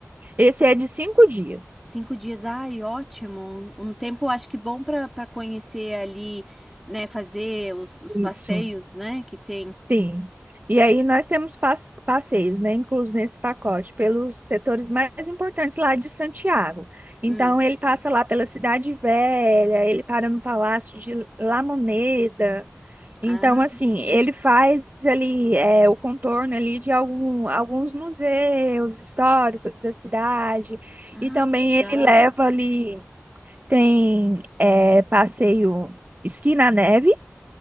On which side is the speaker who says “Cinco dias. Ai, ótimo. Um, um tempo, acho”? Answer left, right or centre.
Centre